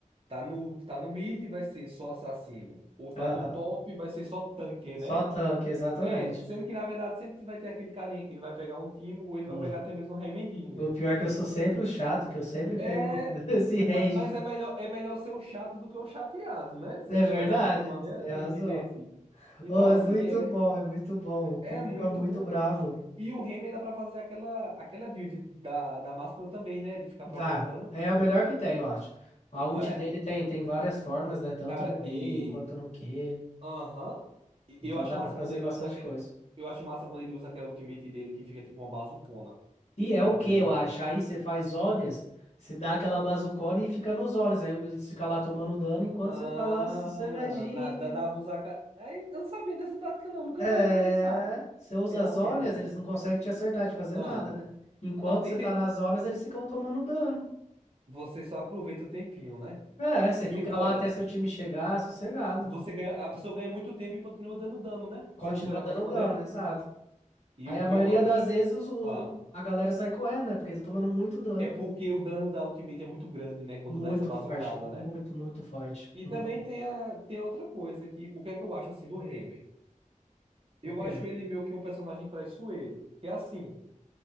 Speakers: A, on the right; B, on the left.
A: tá no, tá no mid, vai ser só assassino. Ou tá
B: Aham.
A: no top, vai ser só tanque,
B: Só
A: né?
B: tanque, exatamente.
A: É, sendo que na verdade sempre vai ter aquele carinha que ele vai pegar um Timo ou ele
B: O,
A: vai pegar até mesmo um Heimendinger.
B: o pior é que eu sou sempre o chato, que eu sempre
A: É,
B: pego <laughs> esse ranged.
A: ma- mas é melhor, é melhor ser o chato do que o chateado, né? Se
B: É
A: a
B: verdade,
A: gente olhar para essa maneira
B: você tem razão.
A: e entender assim. Então,
B: Ô, é
A: assim,
B: muito
A: é,
B: bom, é muito bom. O povo
A: é muito
B: fica muito
A: bom.
B: bravo.
A: E o Heimer dá pra fazer aquela, aquela build da, da máscara também, né? De ficar
B: Dá.
A: trocando dano,
B: É o melhor que tem, eu acho. A
A: não
B: ult
A: é?
B: dele tem, tem várias formas, né? Tanto
A: Cara,
B: no E
A: e.
B: quanto no Q.
A: Aham. E
B: Então
A: Eu acho
B: dá
A: massa
B: pra fazer
A: quando ele
B: bastante
A: usa aquela.
B: coisa.
A: Eu acho massa quando ele usa aquela ultimate dele que fica tipo uma bazucona.
B: E é o
A: Entendeu?
B: que eu acho. Aí você faz zones, você dá aquela bazucona e fica nos zones. Aí eles ficam lá tomando dano enquanto
A: Ah,
B: você tá lá sossegadinho.
A: na, da, da busaca. Ai, eu não sabia dessa tática, não. Nunca
B: É.
A: parei pra pensar.
B: Você usa
A: Realmente.
B: as zonas eles não conseguem te acertar, te fazer
A: Ah.
B: nada, né? Enquanto
A: Ó, e
B: você
A: tem.
B: tá nas zonas eles ficam tomando dano.
A: Você só aproveita o tempinho, né?
B: É, você
A: E
B: fica
A: o,
B: lá
A: olha,
B: até seu time chegar, sossegado.
A: você ganha, a pessoa ganha muito tempo e continua dando dano, né?
B: Continua
A: Se a gente olhar pra
B: dando
A: essa maneira.
B: dano, exato.
A: E
B: Aí
A: o
B: a
A: que
B: maioria
A: eu acho.
B: das vezes os- o-
A: Ah,
B: a galera sai correndo, né? Porque tá tomando muito dano.
A: é porque o dano da ultimate é muito grande, né? Quando
B: Muito
A: dá essa bazucada,
B: forte. Muito,
A: né?
B: muito forte.
A: E
B: Hum,
A: também tem a, tem a outra coisa que o que é que eu acho assim do Heimer?
B: O
A: Eu
B: quê?
A: acho ele meio que um personagem traiçoeiro. Que é assim.